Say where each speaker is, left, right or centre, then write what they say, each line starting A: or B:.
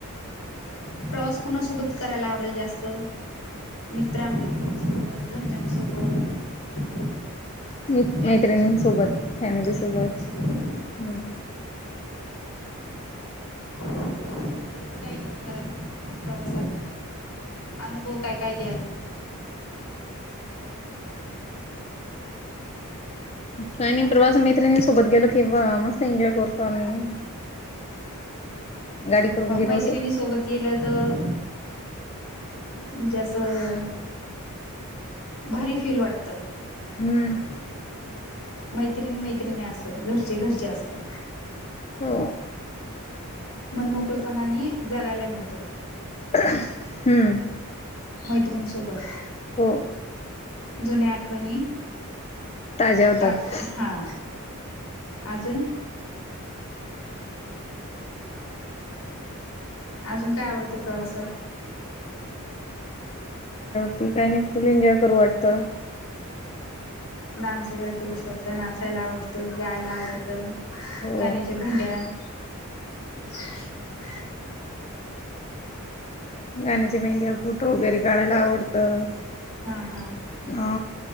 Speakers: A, on the left (about 70°); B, on the left (about 30°).
A: प्रवास कुणासोबत करायला आवडेल जास्त मित्रमैत्रिणीसोबत घरच्यांसोबत
B: म
A: फॅमिलीसोबत
B: मैत्रिणींसोबत फॅमिली
A: मैत्रिणीसोबत
B: सोबत हम्
A: मैत्रिणीसोबत काय एनजॉय कराल प्रवासाात अनुभव काय काय घ्याल
B: काय नाही प्रवास मैत्रिणी सोबत गेलो किवा मस्त एन्जॉय करतो आम्ही गाडी करून गेलो
A: मैत्रिणी
B: असो
A: सोबत गेलं तर म्हणजे असं भारी फीली वाटतं
B: हन
A: मैत्रिणी मैत्रिणी असतात घरचे घरचे असतात
B: हो
A: मनमोकळपणाने जगायला मिळत
B: हम्म
A: मैत्रिणीसोबत
B: हो
A: जुन्या आठवणी
B: ताज्या होतात
A: तात हा अजून अजून काय आवडतं प्रवासातं?
B: त काय आणि फुल एन्जॉय करू वाटत.
A: डान्स वगैरे करू शकतो नाचायला आवडतं गायला आवडतं
B: हो
A: गाण्याच्या भेंड्या- <inaudible>
B: गाण्याची भेंड्या, फोटो वगैरे काढायला आवडतं. अ
A: हां हां